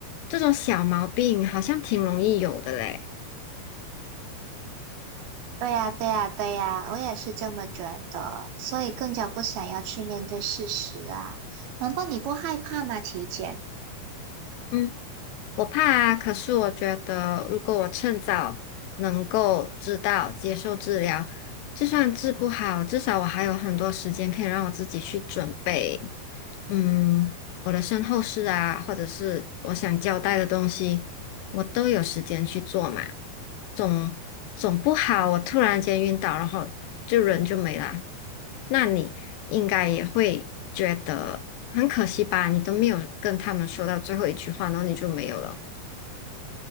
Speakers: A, on the left; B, on the right.
A: 这种小毛病好像挺容易有的嘞。
B: 对呀，对呀，对呀，我也是这么觉得，所以更加不想要去面对事实啊。难道你不害怕吗？体检？
A: 嗯。我怕啊，可是我觉得，如果我趁早能够知道接受治疗，就算治不好，至少我还有很多时间可以让我自己去准备，嗯，我的身后事啊，或者是我想交代的东西，我都有时间去做嘛。总总不好，我突然间晕倒，然后就人就没啦。那你应该也会觉得很可惜吧？你都没有跟他们说到最后一句话，然后你就没有了。